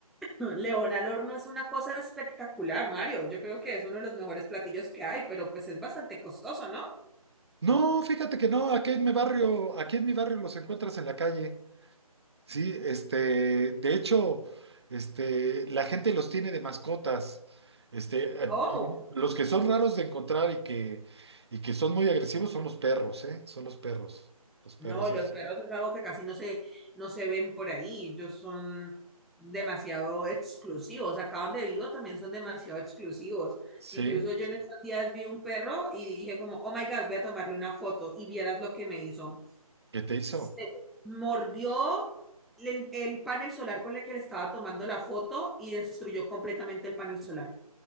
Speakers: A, in the centre; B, on the right.
A: León al horno es una cosa espectacular, Mario. Yo creo que es uno de los mejores platillos que hay, pero pues es bastante costoso, ¿no?
B: No, fíjate que no, aquí en mi barrio, aquí en mi barrio los encuentras en la calle. Sí, este, de hecho, este, la gente los tiene de mascotas. Este, eh,
A: Oh.
B: los que son raros de encontrar y que, y que son muy agresivos son los perros, ¿eh? Son los perros. Los perros
A: No, los
B: es-
A: perros es algo que casi no se, no se ven por ahí. Ellos son demasiado exclusivos. Acá donde vivo también son demasiado exclusivos.
B: Sí,
A: Incluso yo en estos días vi un perro y dije como, oh my God, voy a tomarle una foto y vieras lo que me hizo.
B: ¿qué te hizo?
A: Se mordió el, el panel solar con el que le estaba tomando la foto y destruyó completamente el panel solar.